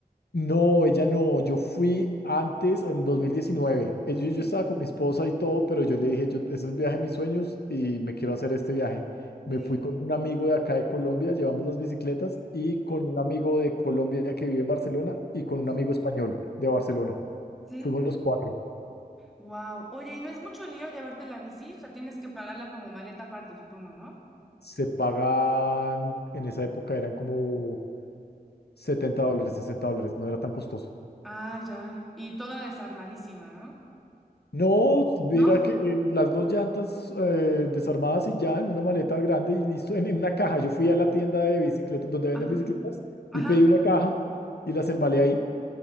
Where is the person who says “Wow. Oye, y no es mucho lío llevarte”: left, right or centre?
Centre